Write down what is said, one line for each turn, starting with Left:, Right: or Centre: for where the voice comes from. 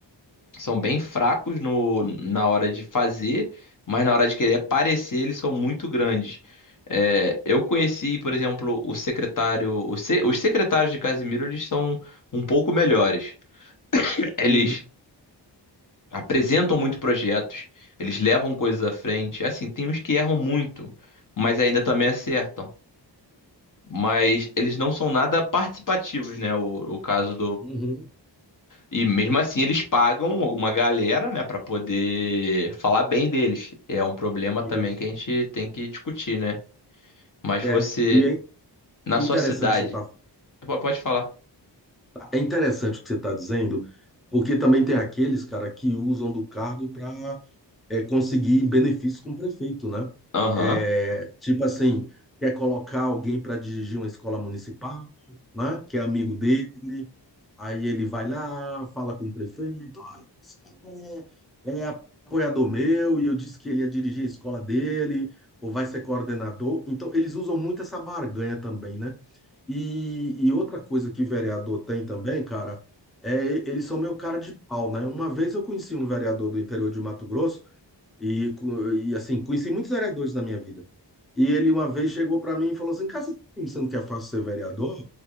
Left: são bem fracos no, na hora de fazer, mas na hora de querer aparecer, eles são muito grandes. É, eu conheci, por exemplo, o secretário. o se- os secretários de Casimiro, eles são um pouco melhores. Eles
Centre: Uhum.
Left: apresentam muito projetos, eles levam coisas à frente. Assim, tem uns que erram muito, mas ainda também acertam. Mas eles não são nada participativos, né? O, o caso
Centre: Uhum,
Left: E mesmo assim eles pagam uma galera, né, Pra poder falar bem deles. É um problema também
Centre: isso.
Left: que a gente tem que discutir, né? Mas
Centre: É,
Left: você,
Centre: e
Left: na
Centre: é interessante
Left: sua cidade,
Centre: você tá,
Left: po- pode falar.
Centre: é interessante o que você está dizendo, porque também tem aqueles, cara, que usam do cargo para conseguir benefícios com o prefeito, né?
Left: Aham.
Centre: É, tipo assim, quer colocar alguém para dirigir uma escola municipal, né? Que é amigo dele, Aí ele vai lá, fala com o prefeito, olha, esse cara é, é apoiador meu, e eu disse que ele ia dirigir a escola dele, ou vai ser coordenador. Então, eles usam muito essa barganha também, né? E, e outra coisa que vereador tem também, cara, é eles são meu cara de pau, né? Uma vez eu conheci um vereador do interior de Mato Grosso, e, co- e assim, conheci muitos vereadores na minha vida. E ele uma vez chegou para mim e falou assim: Cara, você tá pensando que é fácil ser vereador?